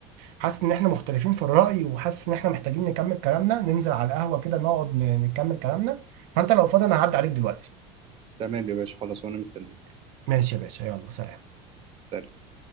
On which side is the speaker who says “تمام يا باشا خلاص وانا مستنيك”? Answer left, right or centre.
Right